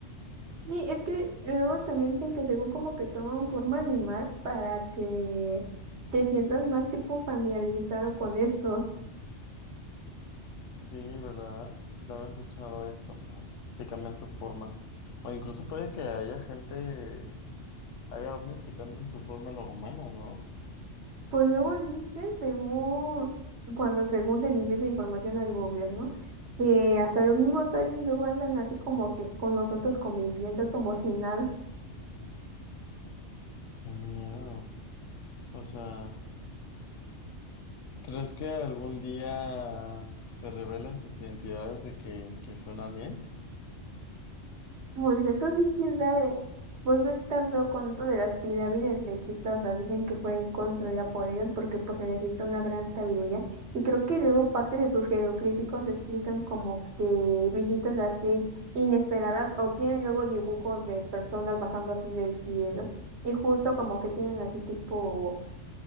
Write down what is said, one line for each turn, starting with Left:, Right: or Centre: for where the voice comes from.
Right: Sí, es que luego también dicen que según como que toman forma animal para que te sientas más tipo familiarizado con estos.
Left: Sí, ¿verdad? Sí, también he escuchado eso, que cambian su forma. O incluso puede que haya gente, haya ovnis que cambien su forma a la humana, ¿no?
Right: Pues luego dicen según, cuando según se le invierte información al gobierno, que hasta los mismos aliens luego andan así como que con nosotros conviviendo como si nada.
Left: Qué miedo. O sea. ¿Crees que algún día se revelen sus identidades de que, que son aliens?
Right: Pues eso sí, quién sabe. Vos ves tan feo con esto de las pirámides de Egipto, o sea, dicen que fue construida por ellos porque pues se necesita una gran sabiduría y creo que luego parte de sus jeroglíficos explican como que visitas así inesperadas o tienen luego dibujos de personas bajando así del cielo y justo como que tienen así tipo